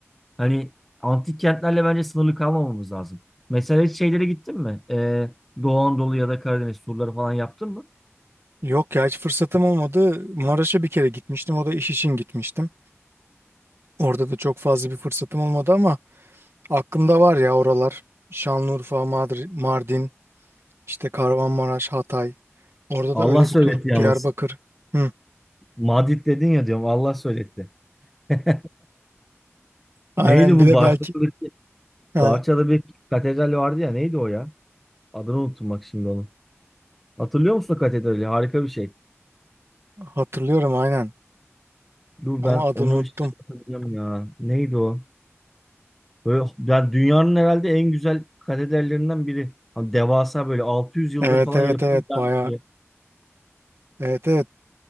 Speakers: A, in the centre; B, on the right.
A: Hani antik kentlerle bence sınırlı kalmamamız lazım. Mesela hiç şeylere gittin mi? Ee, Doğu Anadolu ya da Karadeniz turları falan yaptın mı?
B: Yok ya hiç fırsatım olmadı. Maraş'a bir kere gitmiştim. O da iş için gitmiştim. Orada da çok fazla bir fırsatım olmadı ama aklımda var ya oralar. Şanlıurfa, Madri- Mardin, işte Kahramanmaraş, Hatay. Orada
A: Allah
B: da öyle
A: söyletti
B: bir tur.
A: yalnız.
B: Diyarbakır. Hı.
A: Madrid dedin ya diyorum Allah söyletti. <laughs>
B: Aynen
A: Neydi bu
B: bir de
A: Barça'daki?
B: belki. Ha,
A: Barça'da bir katedral vardı ya neydi o ya? Adını unuttum bak şimdi onun. Hatırlıyor musun o katedrali? Harika bir şey.
B: hatırlıyorum aynen.
A: Dur
B: Ama
A: ben
B: adını
A: onu
B: unuttum.
A: şimdi hatırlayacağım ya. Neydi o? Böyle, yani dünyanın herhalde en güzel katedrallerinden biri. Hani devasa böyle 600 yıldır
B: Evet
A: falan
B: evet
A: yapılmış.
B: evet
A: devam
B: bayağı.
A: ediyor.
B: Evet evet